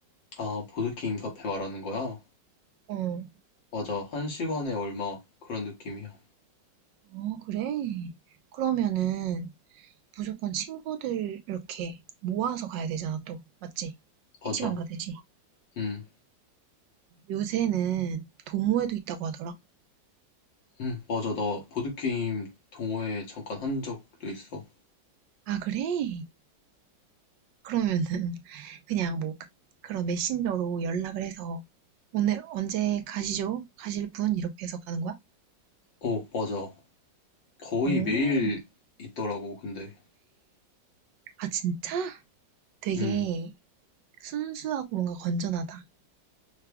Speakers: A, on the left; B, on the right.
A: 아, 보드게임 카페 말하는 거야?
B: 어.
A: 맞아. 한 시간에 얼마 그런 느낌이야.
B: 어, 그래? 그러면은 무조건 친구들 이렇게 모아서 가야 되잖아, 또. 맞지? 피시방
A: 맞아.
B: 가듯이.
A: 음,
B: 요새는 도모에도 있다고 하더라.
A: 음, 맞아. 나 보드게임 동호회 잠깐 한 적도 있어.
B: 아, 그래? 그러면은 그냥 뭐 그런 메신저로 연락을 해서 오늘 언제 가시죠? 가실 분? 이렇게 해서 가는 거야?
A: 어, 맞아. 거의
B: 어.
A: 매일 있더라고, 근데.
B: 아, 진짜? 되게
A: 음.
B: 순수하고 뭔가 건전하다.